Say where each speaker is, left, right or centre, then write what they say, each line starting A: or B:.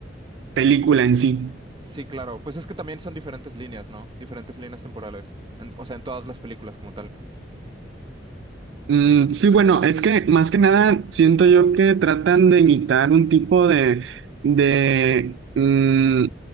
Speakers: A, on the right; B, on the right.
A: película en sí.
B: Sí, claro. Pues es que también son diferentes líneas, ¿no? Diferentes líneas temporales. En- o sea, en todas las películas como tal.
A: Mm, sí, bueno, es que más que nada siento yo que tratan de imitar un tipo de, de, mm,